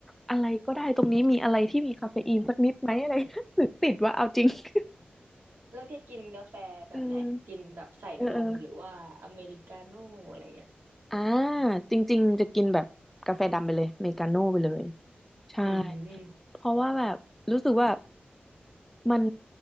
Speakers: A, in the centre; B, on the right.
A: อะไรก็ได้ตรงนี้มีอะไรที่มีคาเฟอีนสักนิดไหมอะไร <laughs> หรือติดว่าเอาจริง <laughs>
B: แล้วแกกินกาแฟแบบไหนกินแบบใส่นมหรือว่าอเมริกาโน่อะไรเงี้ย
A: เออเออเอออ่าจริงๆจะกินแบบกาแฟดำไปเลยเมกาโน่ไปเลยใช่
B: อืมอื
A: เพราะว่าแบบรู้สึกว่ามัน